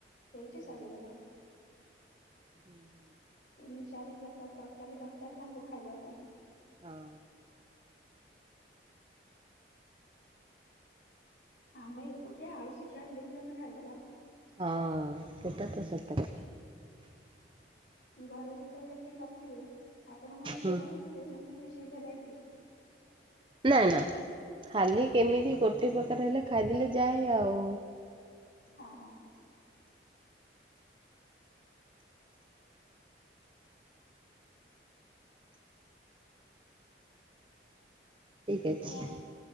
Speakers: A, on the left; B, on the right.
A: ସେଇଠି
B: ହଁ
A: ସରିଗଲା।
B: <inaudible>
A: ତିନି ଚାରି ପ୍ରକାର ତରକାରୀ ଦରକାର ତାଙ୍କୁ ଖାଇବା ପାଇଁ।
B: ହଁ।
A: ଆମେ ଏକୁଟିଆ ଆଳୁସିଜା ହେଲେ ବି ଆମେ ଖାଇଦବା।
B: ହଁ ସେଟା ତ ସତ କଥା।
A: ଘରେ ଯେତେବେଳେ କେହି ନଥିବେ ଆପଣ କଣ କିଛି
B: ହୁଁ।
A: କରୁଥିବେ ସେମିତି କିଛି ଭେରାଇଟି?
B: ନା ନା ଖାଲି କେମିତି ଗୋଟେ ପ୍ରକାର ହେଲେ ଖାଇଦେଲେ ଯାଏ ଆଉ।
A: ହଁ।
B: ଠିକ
A: ଆଉ
B: ଅଛି।
A: ଆପ-